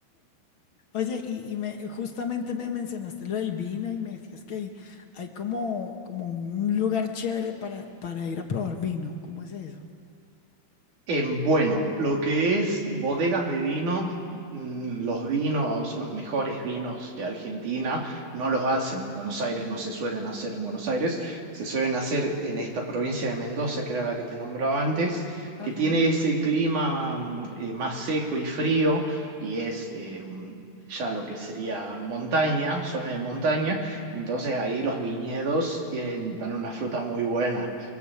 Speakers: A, on the left; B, on the right.
A: Oye, y, y me, justamente me mencionaste lo del vino y me decías que hay, hay como, como un lugar chévere para, para ir a probar vino. ¿Cómo es eso?
B: Em, bueno, lo que es bodegas de vinos, mm, los vinos, los mejores vinos de Argentina, no los hacen en Buenos Aires, no se suelen hacer en Buenos Aires, se suelen hacer en esta provincia de Mendoza, que era la que te nombraba antes,
A: Ajá.
B: que tiene ese clima mm, eh, más seco y frío, y es eh, un- ya lo que sería montaña, zona de montaña, entonces ahí los viñedos tienen, dan una fruta muy buena.